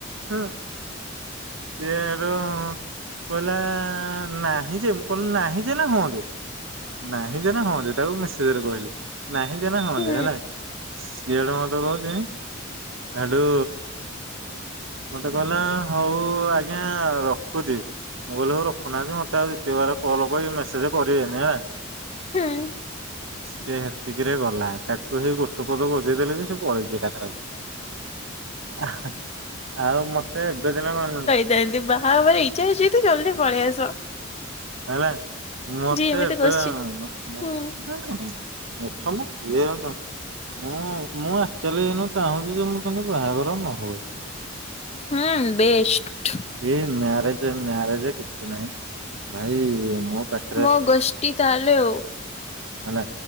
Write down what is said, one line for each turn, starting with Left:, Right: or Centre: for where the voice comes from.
Right: ହୁଁ ସିଏ ହେଠୁ କହିଲା ନାହିଁ ଯେ ମୁଁ କହିଲି ନାହିଁ ଯେ ନା ହଁ ଯେ ନାହିଁ ଯେନା ହଁ ଜେ ତାକୁ ମେସେଜରେ କହିଲି ନାହିଁ ଯେନା ହଁ
Left: ହୁଁ
Right: ଜେ ହେଲା ସିଏ ହେଟୁ ମ କହୁଛି ହେଠୁ ମତେ କହିଲା ହଉ ଆଜ୍ଞା ର ଖୁଚି ମୁଁ କହିଲି ହୋଉ ରଖୁନାହାନ୍ତି ମୋତେ ଆଉ ଦ୍ୱିତୀୟ ବାର କଲ୍ କରି ମେସେଜ କରିବେନି ହେଲା।
Left: ହୁଁ।
Right: ସିଏ ହେ ତିକିରେ ଗଲା ତାକୁ ସେଇ ଗୋଟେ ପଦ ବଜେଇ ଦେଲେ ଯେ ସେ ପଳେଇଚି ଏକାଥରକେ। ଆଉ ମତେ ଏବେ ଦିନେ <unintelligible>
Left: ଏନ୍ତି ବାହା ହବାର ଇଛା ଅଛି ଯଦି ଜଲଦି ପଳେଇ ଆସ।
Right: ହେଲା ମତେ
Left: ଯିଏ ଏମିତି
Right: ଏବେ
Left: କରୁଛି
Right: ହ
Left: ହୁଁ
Right: ମୁଠମ ଇଏ ଏରା କାମ୍ ମୁଁ ମୁଁ ଆକ୍ଚୁଆଲି ଏଇନୁ ଚାହୁଁଛି ଯେ ମୁଁ କିନ୍ତୁ ବାହାଘର ନ ହୁଏ।
Left: ହୁଁ ବେଷ୍ଟ।
Right: ଇଏ ମ୍ୟାରେଜ ମ୍ୟାରେଜ କିଛି ନାହିଁ ଭାଇ ମୁଁ ତାକ
Left: ମୋ ଗୋଷ୍ଟି ତାହାଲେ ଅଉ
Right: ହେଲା